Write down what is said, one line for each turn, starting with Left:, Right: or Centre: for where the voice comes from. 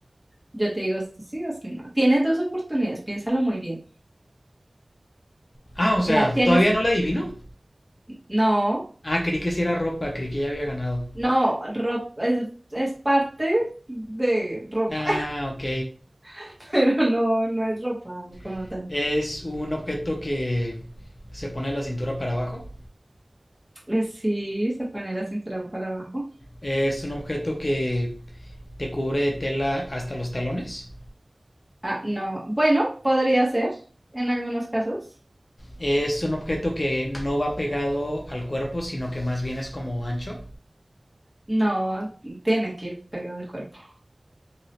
Centre: Yo te digo si sí o si no. Tienes dos oportunidades, piénsalo muy bien.
Left: Ah, o
Centre: Ya
Left: sea,
Centre: tienes,
Left: ¿todavía no la adivino?
Centre: no,
Left: Ah, creí que sí era ropa, creí que ya había ganado.
Centre: no, ropa, es, es parte de ropa,
Left: Ah, ok.
Centre: <laughs> pero no, no es ropa como
Left: <laughs>
Centre: tal.
Left: Es un objeto que se pone la cintura para abajo.
Centre: Eh, Sí, se pone la cintura para abajo.
Left: Es un objeto que te cubre de tela hasta los talones.
Centre: Ah, no. Bueno, podría ser en algunos casos.
Left: Es un objeto que no va pegado al cuerpo, sino que más bien es como ancho.
Centre: No, tiene que ir pegado al cuerpo.